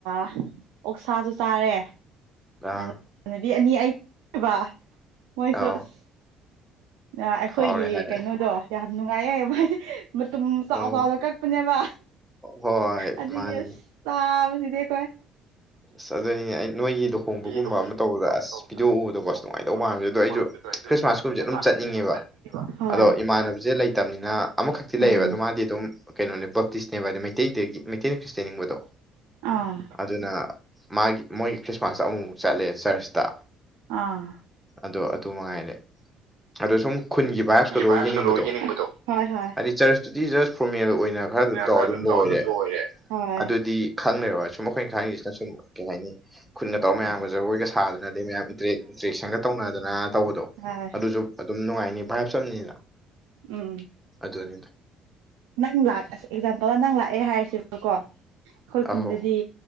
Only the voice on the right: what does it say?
ꯑꯣꯛꯁꯥꯁꯨ ꯆꯥꯔꯦ
ꯑꯗꯨꯒ ꯅꯨꯄꯤ ꯑꯅꯤ ꯑꯩꯕ ꯃꯣꯏꯁꯨ
ꯑꯁ ꯑꯩꯈꯣꯏꯒꯤ
ꯀꯩꯅꯣꯗꯣ ꯌꯥꯝ ꯅꯨꯡꯉꯥꯏꯌꯦ ꯃꯣꯏꯗꯤ ꯃꯇꯨꯝ ꯆꯥꯎ
ꯆꯥꯎꯅ ꯀꯛꯄꯅꯦꯕ
ꯑꯗꯨꯗꯒꯤ
ꯑ ꯆꯥꯕꯁꯤꯗꯤ ꯍꯣꯏ
ꯂꯨꯍꯣꯡꯕꯒꯤ
ꯄꯥꯛ
ꯇꯧꯗ
ꯂꯨꯍꯣꯡꯕ
ꯁꯨꯃꯥꯏꯅ
ꯇꯧꯕ
ꯃꯥꯟꯕꯗꯣ
ꯈ꯭ꯔꯤꯁꯃꯥꯁꯀꯨꯝꯕꯁꯦ
ꯍꯣꯏ
ꯎꯝ
ꯑꯥ
ꯑꯥ
ꯒꯤ ꯚꯥꯏꯞꯁꯀꯗꯣ
ꯍꯣꯏ ꯍꯣꯏ
ꯈꯔꯁꯨ
ꯇꯧꯔ
ꯂꯣꯏꯔꯦ ꯍꯣꯏ
ꯍꯣꯏ
ꯎꯝ
ꯅꯪ ꯂ ꯑ ꯑꯦꯛꯖꯥꯝꯄꯜ ꯅꯪ ꯂꯥꯛꯑꯦ ꯍꯥꯏꯔꯁꯦꯕꯀꯣ ꯑꯩꯈꯣꯏ ꯈꯨꯟꯗꯗꯤ